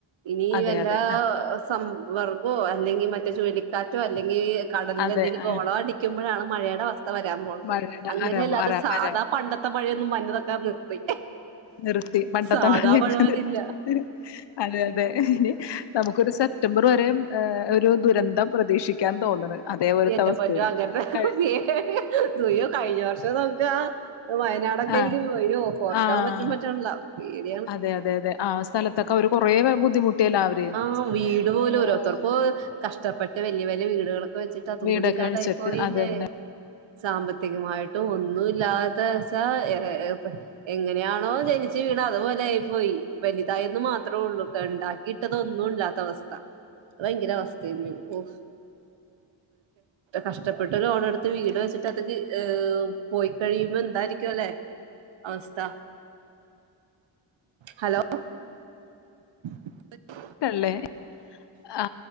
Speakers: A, on the right; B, on the left.
A: ഇനി
B: അതെ,
A: വല്ലാ
B: അതെ. ആഹ്.
A: സ് സംഭ വർഗോ അല്ലെങ്കിൽ മറ്റേ ചുഴലി കാറ്റോ അല്ലെങ്കി കടലിൽ
B: അതെ.
A: എന്തെങ്കിലും
B: ആഹ്.
A: ഗോളോ അടിക്കുമ്പോഴാണ് മഴയുടെ അവസ് വരാൻ പോണത്
B: മഴയുടെ
A: അങ്ങനെയല്ലാതെ
B: അരവ് അര
A: സാധാ
B: അര
A: പണ്ടത്തെ മഴയൊന്നും വന്നതൊക് <unintelligible> നിർത്തി
B: നിർത്തി പണ്ടത്തെ
A: സാധാ
B: മഴയക്കെ
A: മഴ വരില്ല
B: നിർത്തി അതെ അതെ ഇനി നമുക്കൊരു സെപ്റ്റംബർ വരെയും ഏഹ് ഒരു ദുരന്തം പ്രതീക്ഷിക്കാന്ന് തോന്നണ് അതേപോലത്തെ
A: എൻ്റെ
B: അവസ്ഥയാണ്.
A: പൊന്നോ അങ്ങനത്തെ
B: കഴി
A: പേടിയാ ഇയ്യോ കഴിഞ്ഞ വർഷത്തെ <unintelligible> ക്ക ആഹ് വയനാടെക്കെ
B: ആഹ്.
A: എനിക്ക് വയ്യോ ഓർക്കാൻ
B: ആഹ്.
A: പറ്റും പറ്റണ്ല്ല പേടിയാണ്.
B: അതെ അതെ അതെ ആ സ്ഥലത്തൊക്കെ അവര് കൊറേ ബുദ്ധിമുട്ടിയല്ലോ അവര്
A: ആഹ് വീട് പോലും
B: ഏഹ്
A: ഓരോർത്തർക്ക് കഷ്ടപ്പെട്ട് വല്ല്യ വ ല്ല്യ വീട്കള് വെച്ചിട്ട് അതുംകൂടിഇല്ലാതായി
B: വീടൊക്കെ വെച്ചിട്ട്
A: പോയില്ലേ?
B: അതന്നെ
A: സാമ്പത്തികമായിട്ടും ഒന്നുംഇല്ലാതെ വെച്ച എ ഏഹ് ഇപ്പ എങ്ങനെയാണോ ജനിച്ച് വീണെ അതുപോലെ ആയി പോയി. വല്തായെന്ന് മാത്രേ ഒള്ളു ക്കെ ഇണ്ടാക്കി ഇതൊന്നും ഇല്ലാത്ത അവസ്ഥ ഭയങ്കര അവസ്ഥയരുന്നു ഓ കഷ്ടപ്പെട്ട്ലോണ എടുത്ത് വീട് വെച്ചിട്ട് അത് ഏ പോയി കഴിയുമ്പോ എന്തായിരിക്കും അല്ലെ അവസ്ഥ ഹലോ <unintelligible>
B: ഹല്ലേ- ആ